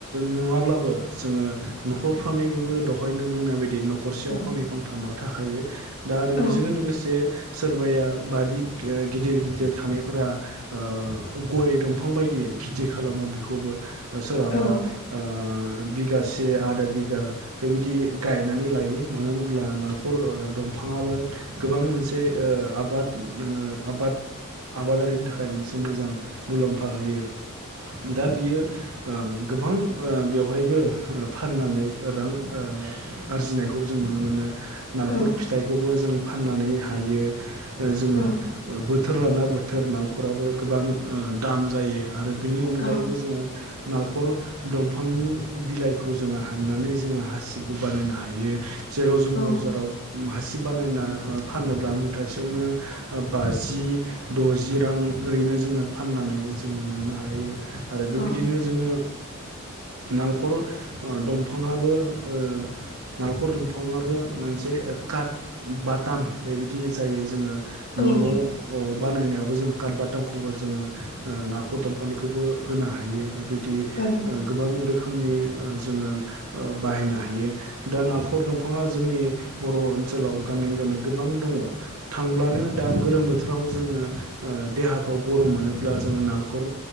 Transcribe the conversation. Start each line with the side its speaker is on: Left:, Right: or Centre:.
Right: नुवाब्लाबो जोङो न'खरफ्रामैबाबो दहाय नों बुंनाय बायदि न खरसेयाव
Left: औ
Right: फांनै फां थाखायो दा आरो
Left: औ
Right: बेजोंनो लोगोसे सोरबाया बारि गिदिर गिदिर थानायफोरा ओ गय दंफां बायदि खेथि खालामो बेखौबो सोरहाबा
Left: औ
Right: ओ बिगासे आधा बिगा बेबायदि गायनानै लायो मानो होनब्ला नालेखर दंफाङाबो गोबां मोनसे आबाद आबाद आबादारिनि थाखाय मोनसे मोजां मुलाम्फा होयो। दा बियो गोबां बेवहायबो फाननानै रां ओ आरजिनायखौ जों नुनो मोनो। नालेखर
Left: ओं
Right: फिथाइखौबो जो जों फाननानै हायो जोंङो
Left: औ
Right: ओ बोथोर लाना बोथोर नालेखराबो गोबां दाम जायो आरो बिनि अनगायैबो
Left: औ
Right: जोङो नालेखर दंफांनि बिलाइखौ जोंङो हाननानै जोंङो हासिबबो बानायनो हायो जेर बजाराव
Left: औ
Right: माहासि बानायना फानोब्ला मुथासेयावनो बाजि दजि रां ओरैनो जोङो फाननानै जोङो मोननो हायो। आरो
Left: औ
Right: बेबायदिनो जोङो नालेखर दंफाङाबो ओ नालखर दंफाङाबो मोनसे काट बटाम बेबायदि जायो जोङो
Left: औ
Right: न' ओ बानायनायावबो जों काटबा दामखौबो जोङो नाखर दंफांनिखौबो होनो हायो बेबायदि दि
Left: ओं
Right: गोबां रोखोमनि जोङो ओ बाहायनो हायो दा नालेखर दंफाङा जो जोंनि बर' ओनसोलाव गानै गानै गोबां दङ थांब्लानो दा गोलोम बोथोराव जोङो देहाखौ गरम मोनोब्ला जोङो नालखर